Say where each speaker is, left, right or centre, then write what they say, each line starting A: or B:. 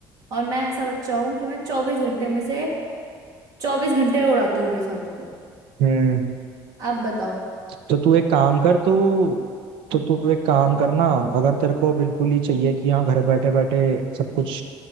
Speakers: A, on the right (about 50°); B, on the right (about 85°).
A: और मैं ऐसा बच्चा हूँ कि मैं चौबीस घंटे में से चौबीस घंटे उड़ाती हूँ बेफालतू के
B: हम्म
A: अब बताओ
B: तो तू एक काम कर तू तो तू एक काम करना अगर तेरे को बिल्कुल ही चाहिए कि हाँ घर बैठे बैठे सब कुछ